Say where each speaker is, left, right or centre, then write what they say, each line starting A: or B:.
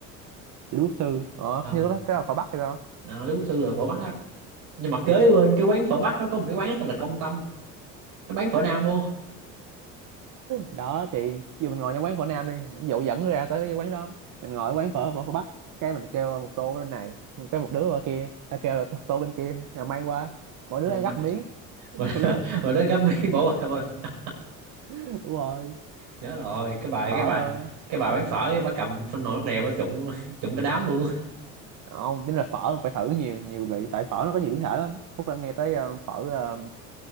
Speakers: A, on the right; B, on the right.
A: Lý Quốc Sư ờ
B: Ờ,
A: như đó cái là phở bắc hay sao
B: đó, Lý Quốc Sư là phở Bắc á. Nhưng mà
A: ừ.
B: kế bên cái quán phở Bắc nó có một cái quán tên là Công Tâm, nó bán phở Nam luôn.
A: đó thì dù mình ngồi trong quán phở nam đi dụ dẫn ra tới cái quán đó mình ngồi ở quán phở phở, phở bắc cái mình kêu một tô bên này cái một đứa ở kia ta kêu là tô tô bên kia rồi mang qua mỗi
B: Ừ,
A: đứa ăn
B: mà
A: gấp miếng
B: <laughs>
A: thưởng thức <laughs>
B: mà đến gấp miếng bỏ qua mà-
A: đúng rồi
B: chết rồi cái bà
A: phở
B: cái bà
A: ờ,
B: cái bà bán phở ấy, bà cầm thanh nồi nước nèo bà trụng <laughs> trụng cái đám luôn
A: không tính là phở phải thử nhiều nhiều lị tại phở nó có nhiều biến thể lắm Phúc đã nghe tới ờ, phở ờ,